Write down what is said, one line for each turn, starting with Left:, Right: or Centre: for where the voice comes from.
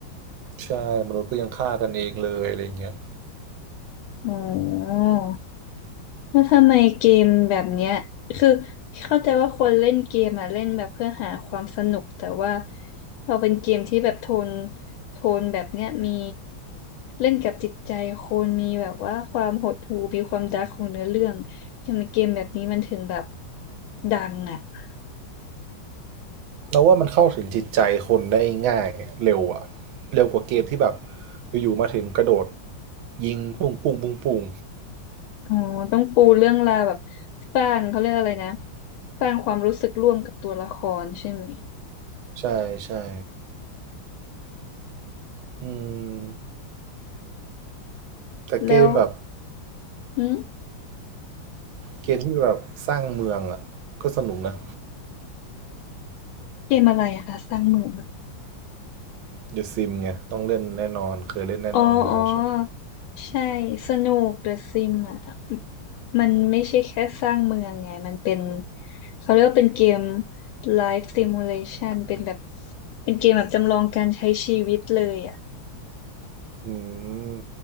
Right: ใช่มนุษย์ก็ยังฆ่ากันเองเลยอะไรเงี้ย
Left: อ๋อ แล้วทำไมเกมแบบเนี้ยคือเข้าใจว่าคนเล่นเกมอ่ะเล่นแบบเพื่อหาความสนุกแต่ว่าพอเป็นเกมที่แบบโทนโทนแบบเนี้ยมีเล่นกับจิตใจคนมีแบบว่าความหดหู่มีความดาร์กของเนื้อเรื่องทำไมเกมแบบนี้มันถึงแบบดังอ่ะ
Right: เราว่ามันเข้าถึงจิตใจคนได้ง่ายเร็วอะเร็วกว่าเกมที่แบบอยู่ๆมาถึงกระโดดยิงปุ้งปุ้งปุ้งปุ้ง
Left: อ๋อต้องปูเรื่องราวแบบสร้างเขาเรียกอะไรนะสร้างความรู้สึกร่วมกับตัวละครใช่ไหม
Right: ใช่ใช่อืมแต่เกมแบบ
Left: แล้วหึ
Right: เกมที่แบบสร้างเมืองอะก็สนุกนะ
Left: เกมอะไรอะคะสร้างเมือง
Right: เดอะซิมไงต้องเล่นแน่นอนเคยเล่นแน่นอนอยู่แล้วใช่ไหม
Left: อ๋ออ๋อใช่สนุกเดอะซิมอ่ะมันไม่ใช่แค่สร้างเมืองไงมันเป็นเขาเรียกว่าเป็นเกม Life Simulation เป็นแบบเป็นเกมแบบจำลองการใช้ชีวิตเลยอ่ะ
Right: อืม